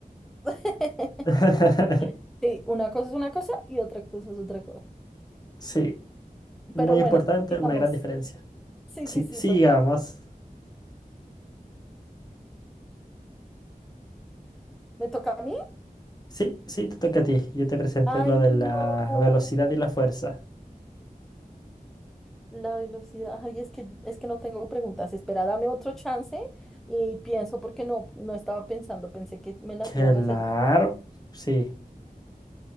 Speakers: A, in the centre; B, on the left (about 25°).
A: <laughs>
B: <laughs>
A: Sí, una cosa es una cosa y otra cosa es otra cosa.
B: Sí, muy
A: Pero bueno,
B: importante,
A: digamos,
B: una gran diferencia.
A: sí,
B: Sí,
A: sí, sí,
B: sigamos.
A: total. ¿Me toca a mí?
B: Sí, sí, te toca a ti. Yo te presenté
A: Ay,
B: lo
A: no,
B: de la velocidad y la fuerza.
A: la velocidad, ay, es que, es que no tengo preguntas, espera, dame otro chance y pienso porque no, no estaba pensando, pensé que me las
B: Claro,
A: ibas a hacer.
B: sí.